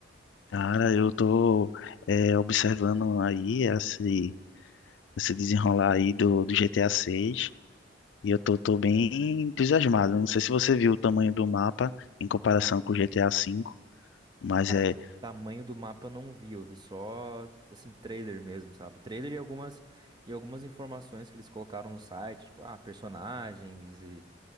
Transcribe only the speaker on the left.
Cara, eu tô é, observando aí esse, esse desenrolar aí do, do GTA 6 e eu tô, tô bem entusiasmado. Não sei se você viu o tamanho do mapa em comparação com o GTA 5, mas
é